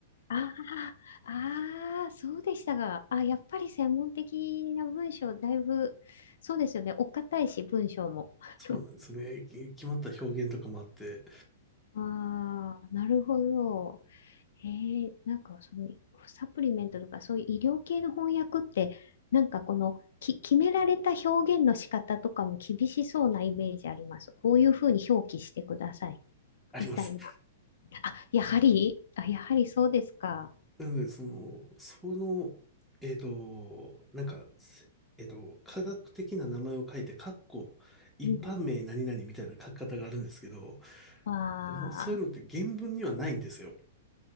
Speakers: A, on the left (about 75°); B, in the centre.
A: ああ、ああ、そうでしたが。あ、やっぱり専門的な文章、だいぶ、そうですよね。お堅いし、文章も。<laughs>
B: そうなんですよね。き決まった表現とかもあって、
A: ああ、なるほど。へえなんかそのサプリメントとかそういう医療系の翻訳って、なんかこのき決められた表現の仕方とかも厳しそうなイメージあります。こういうふうに表記してください
B: あります。
A: みたいな。あ、やはり、あ、やはりそうですか。
B: なので、その、その、えっと、なんか、せえっと、科学的な名前を書いて、かっこ、一般名何々みたいな書き方があるんですけど、
A: うん。ああ
B: もうそういうのって原文にはないんですよ。